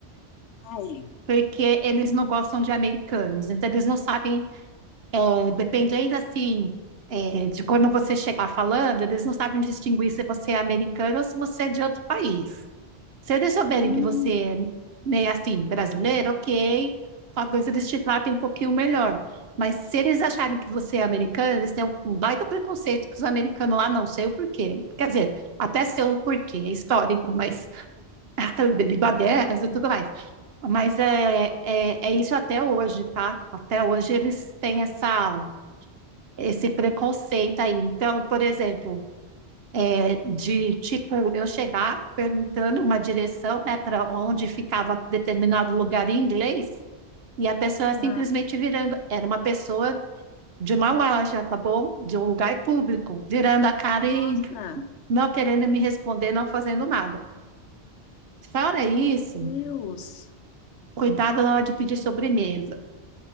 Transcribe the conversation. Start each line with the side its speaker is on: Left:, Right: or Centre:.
Left: Ai,
Right: porque eles não gostam de americanos, então eles não sabem, é, dependendo assim, é, de quando você chegar falando, eles não sabem distinguir se você é americano ou se você é de outro país. Se eles souberem
Left: Hum,
Right: que você é meio assim, brasileiro, ok, talvez eles te tratem um pouquinho melhor. Mas se eles acharem que você é americano, eles têm um baita preconceito que os americanos lá não sei o porquê. Quer dizer, até sei o porquê, é histórico, mas <laughs> ah, Bangladesh e tudo mais. Mas é, é, é isso até hoje, tá? Até hoje eles têm essa, esse preconceito aí. Então, por exemplo, é de tipo eu chegar perguntando uma direção, né, para onde ficava determinado lugar em inglês, e a pessoa
Left: ah,
Right: simplesmente virando, era uma pessoa de uma loja, tá bom? De um lugar público, virando a cara e
Left: nossa,
Right: não querendo me responder, não fazendo nada. Fora isso,
Left: meu Deus.
Right: cuidado na hora de pedir sobremesa.